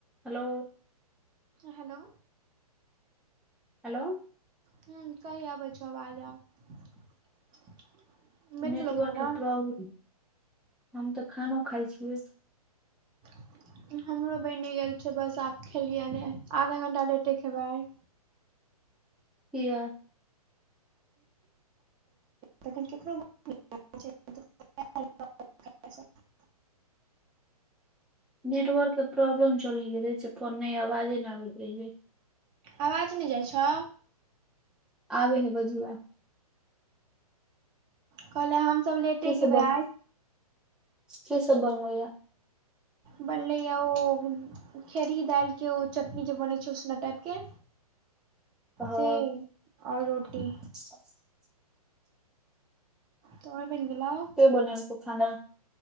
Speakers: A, in the centre; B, on the right.
A: Hello.
B: Hello.
A: Hello.
B: हुं कही आबै छो आवाज आब। बनि
A: नेटवर्क
B: गेलौ खाना
A: के प्रॉब हम तऽ खानो खाय छियै।
B: <inaudible> हमरो बैन गेल छै बस आब खेलियै ने आधा घंटा लेटे खेबै आय।
A: किया।
B: तखन केकरो <unintelligible>
A: नेटवर्क के प्रॉब्लम चलैया, दै छिये फोन नै आवाजे नै आबैत रहैया।
B: आवाज नै जाय छो।
A: आबै हे बजुआ।
B: कहलौ हम सब लेटे
A: की सब
B: खेबै
A: बन
B: आय।
A: की सब बनलौ या।
B: बनलैया उ खेड़ी दाएल के ओ चटनी जे बनै छो उसना टाइप के
A: हँ
B: से और रोटी।
A: <inaudible>
B: तोहर बैन गेलौ।
A: के बनैलको खाना।